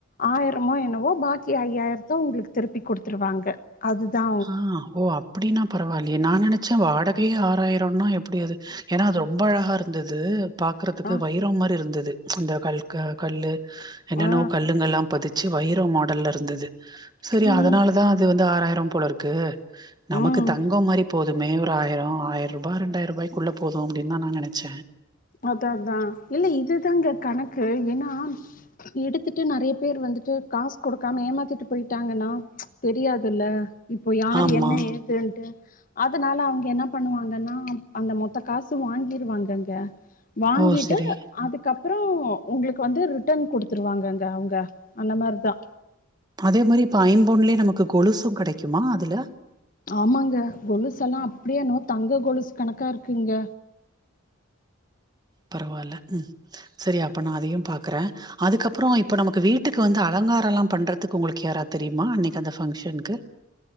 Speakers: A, on the left; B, on the right.
A: ஆயிரமோ என்னவோ பாக்கி ஐயாயிரத்த உங்களுக்கு திருப்பி குடுத்துருவாங்க அதுதா
B: ஆ ஓ அப் பிடின்னா பரவால்லியே நா நெனைச்ச வாடகையே ஆறாயிரொன்னா எப்டி அது ஏனா அது ரொம்ப அழகா இருந்தது பாக்குறதுக்கு
A: அ,
B: வைரோம் மாரி இருந்தது அந்த கல் க கல்லு என்னென்னவோ
A: ஆ,
B: கல்லுங்கெல்லா பதிச் ச்சி வைரம் மாடல்ல இருந்தது சரி
A: ம்,
B: அதனால தா அது வந்து ஆறாயிரம் போலருக்கு நமக்கு
A: ம்.
B: தங்கோ மாரி போதுமே ஒரு ஆயிரொ ஆயிரூபா ரெண்டாயிரூபாய்க்குள்ள போது அப்டின்தா நா நெனச்ச
A: அதா அதா இல்ல இதுதாங்க கணக்கு ஏனா எடுத்துட்டு நெறைய பேர் வந்துட்டு காசு குடுக்காம ஏமாத்திட்டு போயிட்டாங்கன்னா தெரியாதுல்ல இப்போ யாரு
B: ஆமா
A: என்ன ஏதுன்ட்டு அதனால அவங்க என்ன பண்ணுவாங்கன்னா அந்த மொத்த காசு வாங்கிருவாங்கங்க வாங்கிட்டு
B: ஓ சரி
A: அதுக்கப்புறோ உங்களுக்கு வந்து ரிட்டன் குடுத்துடுவாங்கங்க அவங்க அந்த மாரிதா
B: அதே மாரி இப்ப ஐம்பொன்லையு நமக்கு கொலுசு கெடைக்குமா அதுல
A: ஆமாங்க கொலுசெல்லா அப்டியே எனமோ தங்க கொலுசு கணக்கா இருக்குங்க
B: பரவால்ல ம் சரி அப்ப நா அதையு பாக்குற அதுக்கப்பறோ இப்ப நமக்கு வீட்டுக்கு வந்து அலங்காரொல்லா பண்றதுக்கு உங்களுக்கு யாராவ்த் தெரியுமா அன்னைக்கு அந்த ஃபங்க்ஷனுக்கு